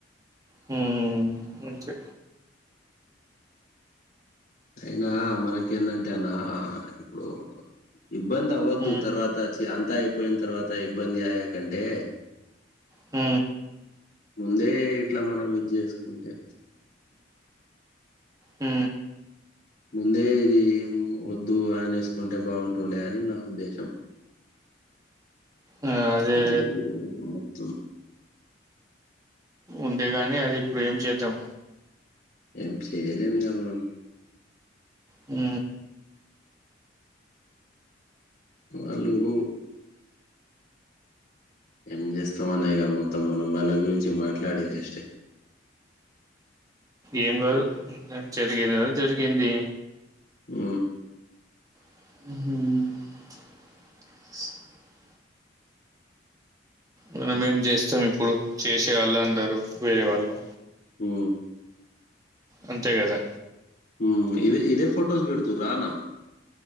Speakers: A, on the right; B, on the left.
A: హంచిే
B: అయినా మనక ఏందంటే అన్న ఇప్పుడు ఇబ్బంది అవద్దు
A: మ్మ్
B: తర్వాతచ్చ అంతా పోయిన తర్వాత ఇబ్బంది ఆయాకంటే
A: హ
B: ముందే ఇట్లా మనం ఇది చేసుకుంటే
A: హ
B: ముందే ఇది వద్దు అనే వేసుకుంటే బాగుంటుండే అని నా ఉద్దేశం
A: ఆ అదే
B: అలు మొత్తం
A: ఉండే గాని అది ఇప్పుడు ఏం చేద్దాం
B: ఏం చేయలేమి గ మనం
A: హ
B: అలుఊ ఏం చేస్తాం అన్నా ఇక మొత్తం మనం వాళ్ళ గురించి మాట్లాడేదిే
A: ఏం కాదు జరిగిందిదా జరిగింది
B: ఆ
A: హ మన మేం చేస్తాం ఇప్పుడు చేసే వాళ్ళు అందరూ వేరే వాళ్ళు
B: ఆ
A: అంతే కదా
B: హ ఇదే ఇదే ఫోటోస్ బెడుతుర్రా అన్న